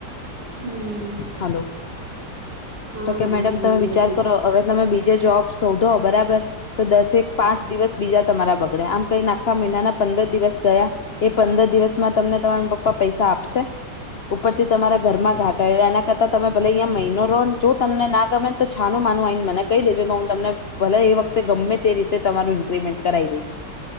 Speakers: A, on the right; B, on the left.
A: હમ
B: હાલો.
A: હા
B: તો કે
A: વાંધો
B: મેડમ તમે વિચાર
A: જજું
B: કરો હવે તમે બીજે જોબ શોધો બરાબર તો દસેક પાંચ દિવસ બીજા તમારા બગડ્યા આમ કઈને આખા મહિનાના પંદર દિવસ ગયા એ પંદર દિવસમાં તમને તમારા પપ્પા પૈસા આપશે ઉપરથી તમારા ઘરમાં ઘાટાયેલા એના કરતા તમે ભલે અહીંયા મહિનો રોન જો તમને ના ગમે તો છાનું માનું આને મને કઈ દેજોને હું તમને ભલે એ વખતે ગમે તે રીતે તમારું ટ્રીટમેન્ટ કરાવી દઈશ,